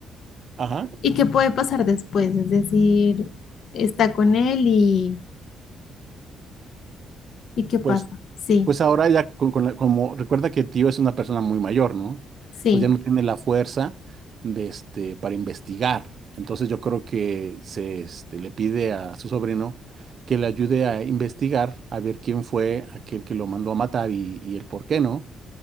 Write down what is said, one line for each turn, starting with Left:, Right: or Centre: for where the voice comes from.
Right: ajá.
Left: ¿y qué puede pasar después? Es decir, está con él y, ¿y qué pasa?
Right: Pues
Left: Sí,
Right: Pues ahora ya, con- con la- como recuerda que tío es una persona muy mayor, ¿no?
Left: sí.
Right: Entonces ya no tiene la fuerza de este, para investigar. Entonces yo creo que se este, le pide a su sobrino que le ayude a investigar, a ver quién fue aquel que lo mandó a matar y, y el por qué, ¿no?